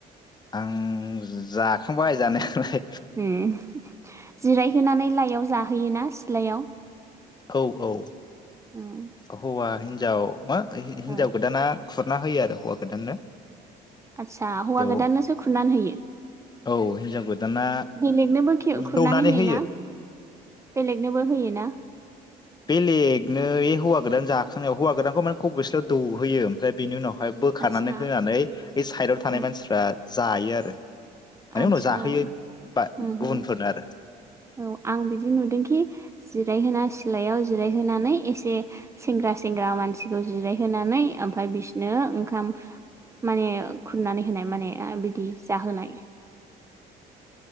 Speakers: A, on the left; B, on the right.
A: आं जाखांबाय जानायालाय
B: ओम जिरायहोनानै लाइआव जाहोयोना सिथ्लायाव
A: औ औ
B: ओ
A: हौवा हिनजाव मा हि-हिन्जाव
B: औ
A: गोदाना खुरना होयो आरो हौवा गोदाननो
B: आदसा
A: बेयाव
B: हौवा गोदाननोसो खुरनान होयो
A: औ हिनजाव गोदाना
B: बेलेगनोबो खे-खुरनानै
A: दौनानै
B: होयोना
A: होयो
B: बेलेगनोबो होयो ना
A: बेलेगनो बे हौवा गोदान जाखांनाव हौवा गोदानखौ माने खबसेल दौहोयो ओमफ्राय बेनि उनाव हाय बोखारनानै
B: आदसा
A: होनानै ए साइडआव थानाय
B: उम
A: मानसिफ्रा जायो आरो माने
B: आदसा
A: उनाव जाहोयो बा
B: उम
A: गुबुनफोरनो
B: उम
A: आरो
B: औ आं बिदि नुदोंखि जिरायहोना सिलायाव जिरायहोनानै एसे सेंग्रा सेंग्रा मानसिखौ जिरायहोनानै ओमफाय बिसनो ओंखाम माने खुरनानै होनाय माने बिदि जाहोनाय